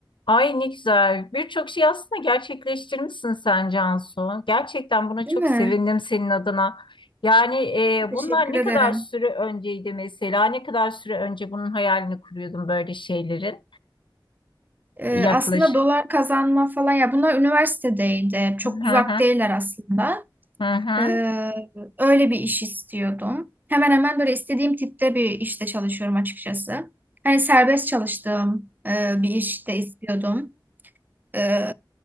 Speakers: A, on the left; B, on the right.
A: Ay ne güzel. Birçok şey aslında gerçekleştirmişsin sen Cansu. Gerçekten buna
B: Değil
A: çok
B: mi?
A: sevindim senin adına. Yani e,
B: Teşekkür
A: bunlar ne
B: ederim.
A: kadar süre önceydi mesela? Ne kadar süre önce bunun hayalini kuruyordun böyle şeylerin
B: Ee,
A: yaklaşık?
B: aslında dolar kazanma falan ya bunlar üniversitedeydi. Çok uzak
A: Hı hı,
B: değiller aslında.
A: hı hı.
B: Ee, öyle bir iş istiyordum. Hemen hemen böyle istediğim tipte bir işte çalışıyorum açıkçası. Hani serbest çalıştığım e, bir işte istiyordum. Ee,